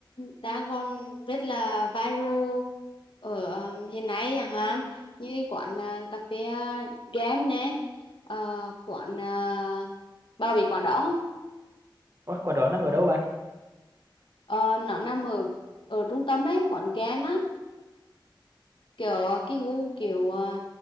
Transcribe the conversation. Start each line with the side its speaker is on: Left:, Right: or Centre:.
Left: đang còn rất là viral ở ờ, hiện nay chẳng hạn như cái quán ờ, cà phê ờ, game nè ờ, quán ờ, bao bị quán đó không?
Right: Ủa, quán đó nằm ở đâu bà
Left: Ờ, nó nằm ở ở trung tâm ấy quán game á kiểu ờ, cái gu kiểu ờ,